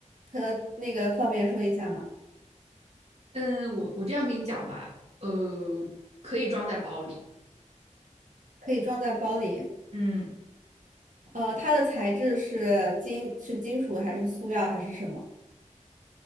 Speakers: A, on the right; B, on the right.
A: 它那个方便说一下吗？
B: 嗯，我我这样跟你讲吧，呃，可以装在包里，
A: 可以装在包里。
B: 嗯，
A: 呃，它的材质是金，是金属还是塑料还是什么？